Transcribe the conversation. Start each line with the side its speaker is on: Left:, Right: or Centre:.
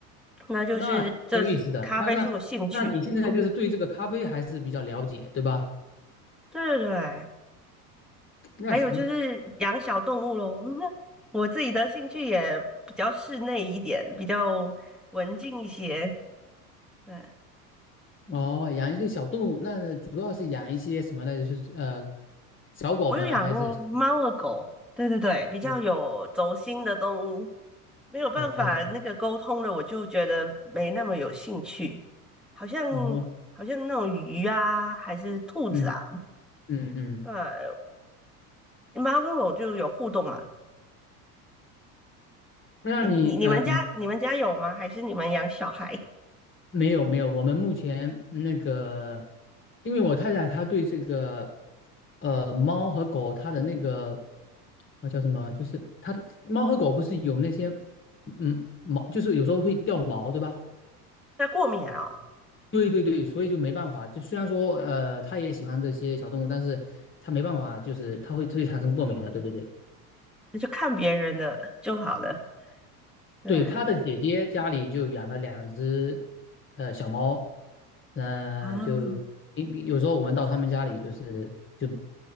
Centre: 那就是这是咖啡是我兴趣。
Left: 那有意思的，那那那你现在就是对这个咖啡还是比较了解，
Centre: 嗯，
Left: 对吧？
Centre: 对对对。
Left: 那行，
Centre: 还有就是养小动物咯，<laughs> 我自己的兴趣也比较室内一点，比较文静一些。对，
Left: 哦，养一些小动物，那主要是养一些什么呢？就是呃，小狗呢，
Centre: 我有养过猫和狗，
Left: 还是小
Centre: 对对对，比较有轴心的动物，
Left: 猫
Centre: 没有办法那个沟通的，
Left: 哦
Centre: 我就觉得没那么有兴趣。好像
Left: 哦哦，
Centre: 好像那种鱼啊，还是兔子啊，
Left: 嗯嗯嗯，
Centre: 对，猫跟狗就有互动嘛。
Left: 那你呃
Centre: 你你你们家你们家有吗？还是你们养小孩？
Left: 没有没有，我们目前那个，因为我太太她对这个，呃，猫和狗它的那个，啊叫什么？就是它的猫和狗不是有那些，嗯，毛就是有时候会掉毛，对吧？
Centre: 它过敏啊、
Left: 对对对，所以就没办法。就虽然说，呃，她也喜欢这些小动物，但是她没办法，就是它会它会产生过敏的。对对对。
Centre: 那就看别人的就好了。对
Left: 对，他的姐姐家里就养了两只呃小猫，呃，
Centre: 啊，
Left: 就因有时候我们到他们家里就是就